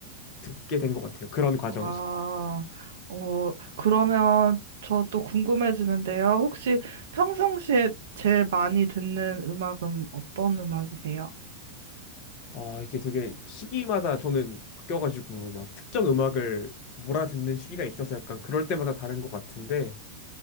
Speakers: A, on the left; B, on the right.
A: 듣게 된 것 같아요. 그런 과정에서.
B: 와, 어, 그러면 저 또 궁금해지는데요. 혹시 평상시에 제일 많이 듣는 음악은 어떤 음악이세요?
A: 아, 이게 되게 시기마다 저는 바뀌어가지고 막 특정 음악을 몰아듣는 시기가 있어서 약간 그럴 때마다 다른 것 같은데,